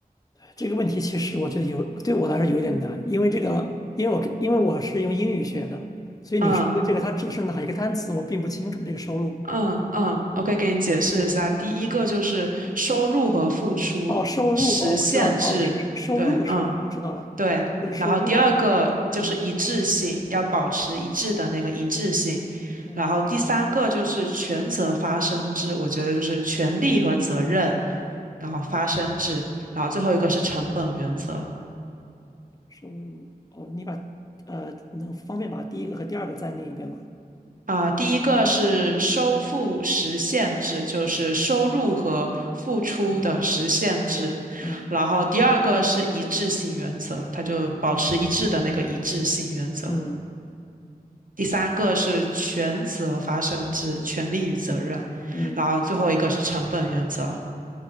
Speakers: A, on the left; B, on the right.
A: 这个问题其实我觉得有对我来说有点难，因为这个，因为我因为我是用英语学的，所以你说的这个它指的是哪一个单词，
B: 嗯
A: 我并不清楚这个收入。
B: 嗯嗯，OK，给你解释一下。第一个就是收入和付出实现制，
A: 哦，收入哦，我知道，哦，是是收入是吧？
B: 对，嗯
A: 我知道了，
B: 对。
A: 不是收入。
B: 然后第二个就是一致性，
A: 嗯，
B: 要保持一致的那个一致性。
A: 嗯，
B: 然后第三个就是权责发生制，我觉得就是权利和责任，然后发生制。然后最后一个是成本原则。
A: 收入哦，你把呃，能方便把第一个和第二个再念一遍吗？
B: 啊、第一个是收付实现制，就是收入和付出的实现制。
A: 嗯
B: 然后第二个是一致性原则，它就保持一致的那个一致性原则。
A: 嗯
B: 第三个是权责发生制，权利与责任。
A: 嗯
B: 然后最后一个是成本原则。